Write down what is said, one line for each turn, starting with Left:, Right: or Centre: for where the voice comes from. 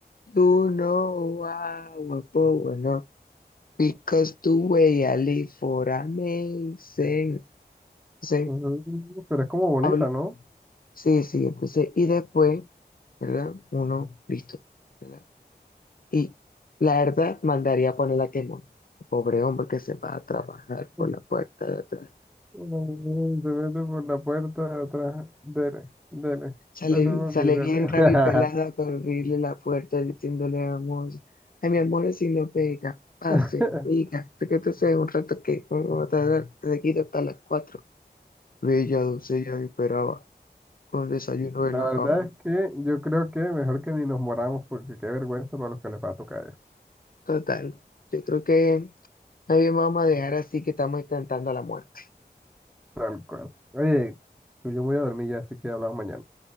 Left: You know I will forward, up Because the way I live for amazing. Entonces,
Centre: Mm, Pero es como bonita,
Left: habla.
Centre: ¿no?
Left: Sí, sí, entonces, y después. ¿verdad? Uno, listo, ¿verdad? Y la verdad, mandaría a poner a quemón. Pobre hombre que se va a trabajar por
Centre: <laughs>
Left: la puerta de atrás.
Centre: Mm, Se mete por la puerta de atrás. Dele, dele,
Left: Sale,
Centre: dele, papi,
Left: sale
Centre: dele.
Left: bien rabipelada con abrirle la puerta diciéndole a amor, ay, mi amor, si no pega, pase,
Centre: <laughs>
Left: diga, que te sea un rato que vamos a tardar seguido hasta las cuatro. Bella doncella me esperaba con el desayuno en
Centre: La
Left: la
Centre: verdad
Left: cama.
Centre: es que yo creo que mejor que ni nos moramos porque qué vergüenza para los que les va a tocar eso.
Left: Total, yo creo que nadie me va a dejar así que estamos intentando la muerte.
Centre: Tal cual. Oye, yo me voy a dormir ya, así que hablamos mañana.